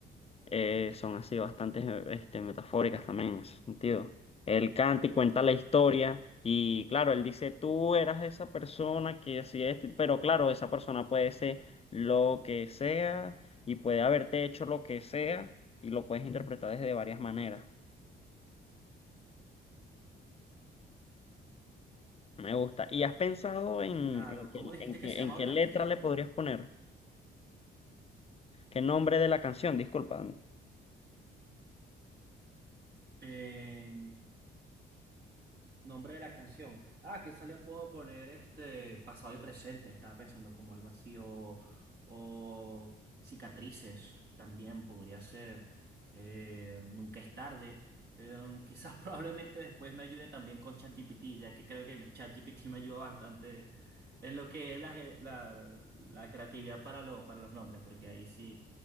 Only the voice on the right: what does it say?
claro.
¿Cómo dijiste
que se llamaba
el
artista?
Eh, Nombre de la canción. Ah, quizá le puedo poner este pasado y presente. Estaba pensando como algo así. O, o cicatrices también podría ser. Eh, nunca es tarde. Eh, quizás <laughs> probablemente después me ayude también con ChatGPT, ya que creo que me- ChatGPT me ayuda bastante en lo que es la, ge- la, la creatividad para, lo, para los nombres, porque ahí sí